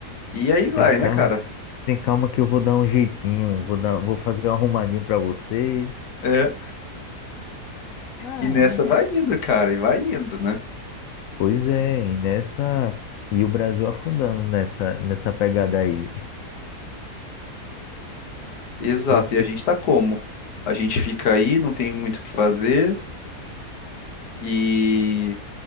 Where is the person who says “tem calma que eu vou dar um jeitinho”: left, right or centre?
Left